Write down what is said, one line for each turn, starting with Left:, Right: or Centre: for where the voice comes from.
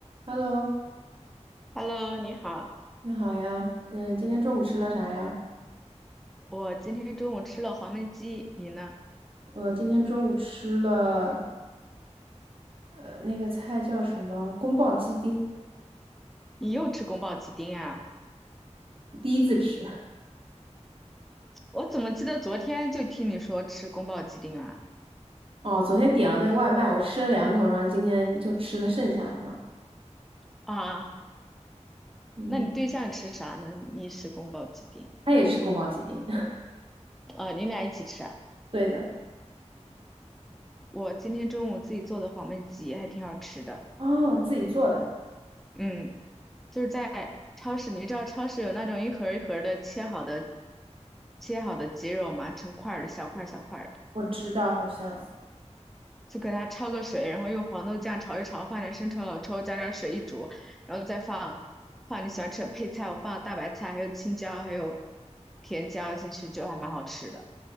Right: Hello，
Centre: Hello，你好，
Right: 你好呀，嗯，今天中午吃了啥呀？
Centre: 我今天中午吃了黄焖鸡，你呢？
Right: 我今天中午吃了，呃，那个菜叫什么？宫保鸡丁，
Centre: 你又吃宫保鸡丁啊？
Right: 第一次吃。
Centre: 我怎么记得昨天就听你说吃宫保鸡丁啊？
Right: 哦，昨天点了那个外卖，我吃了两口，然后今天就吃了剩下的嘛。
Centre: 啊，
Right: 嗯，
Centre: 那你对象吃啥呢？你吃宫保鸡丁
Right: 他也吃宫保鸡丁，
Centre: 啊？你俩一起吃啊？
Right: <laughs> 对的。
Centre: 我今天中午自己做的黄焖鸡还挺好吃的，
Right: 哦，自己做的，
Centre: 嗯，就是在超市，你知道超市有那种一盒儿一盒儿的切好的切好的鸡肉吗？成块儿的小块儿小块儿的。
Right: 我知道，好像。
Centre: 就给它焯个水，然后用黄豆酱炒一炒，放点生抽、老抽，加点水一煮，然后再放放你喜欢吃的配菜，我放大白菜，还有青椒，还有甜椒进去，就还蛮好吃的。